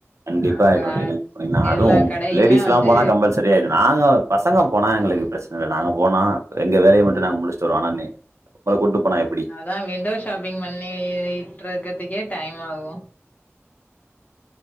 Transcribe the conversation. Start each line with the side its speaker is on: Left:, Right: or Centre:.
Right: கண்டிப்பா
Left: அங்க
Right: ஆயிடும் டீநகர் போனீங்கன்னா அதுவும்
Left: எல்லா கடையுமே
Right: லேடிஸ் எல்லாம்
Left: வந்து
Right: போனா கம்பல்சரி ஆயிடும் நாங்க பசங்க போனா எங்களுக்கு பிரச்சனை இல்லை நாங்க போனா எங்க வேலையை மட்டும் நாங்க முடிச்சுட்டு வருவோம் ஆனா நீ உங்களை கூட்டு போனா எப்டி
Left: அதான் விண்டோ ஷாப்பிங் பண்ணி இட்டறக்குதே டைம் ஆவும்